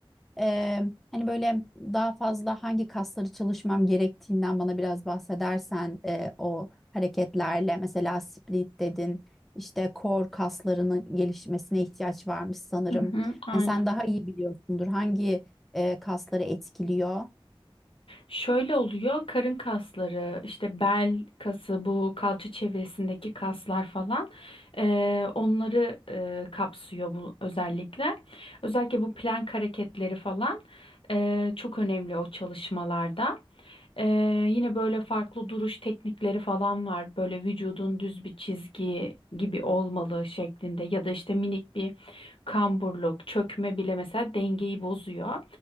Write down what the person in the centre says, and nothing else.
Eee, hani böyle daha fazla hangi kasları çalışmam gerektiğinden bana biraz bahsedersen eee, o hareketlerle mesela split dedin işte core kaslarının gelişmesine ihtiyaç varmış sanırım.
Hani sen daha iyi biliyorsundur hangi eee, kasları etkiliyor?